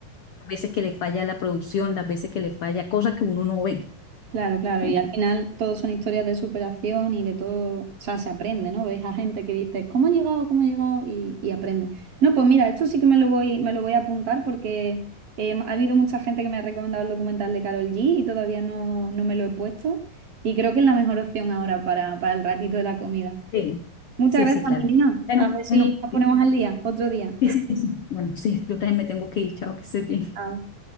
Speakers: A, on the left (about 70°); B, on the right (about 55°).
A: las veces que le falla la producción, las veces que le falla, cosas que uno no ve.
B: Claro, claro,
A: Bien.
B: y al final todo son historias de superación y de todo, o sea, se aprende, ¿no? Ves a gente que dice, ¿cómo ha llegado? ¿Cómo ha llegado? Y, y aprende. No, pues mira, esto sí que me lo voy, me lo voy a apuntar porque eh, ha habido mucha gente que me ha recomendado el documental de Carol G y todavía no, no me lo he puesto y creo que es la mejor opción ahora para, para el ratito de la comida.
A: Sí,
B: Muchas
A: sí,
B: gracias,
A: sí, claro.
B: Melina.
A: Bueno,
B: A ver si
A: bueno,
B: nos ponemos al día otro día.
A: sí, sí, sí. Bueno, sí, yo también me tengo que ir, chao, que estés bien.
B: Chao.